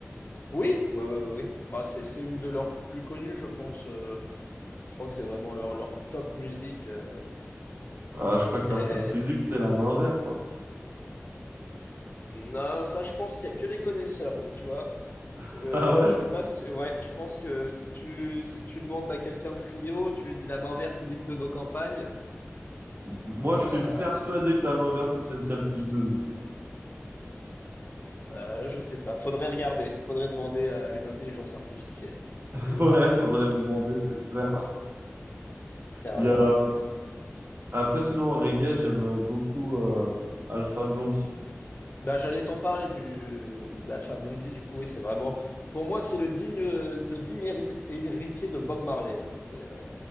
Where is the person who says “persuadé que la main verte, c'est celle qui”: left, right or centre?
Right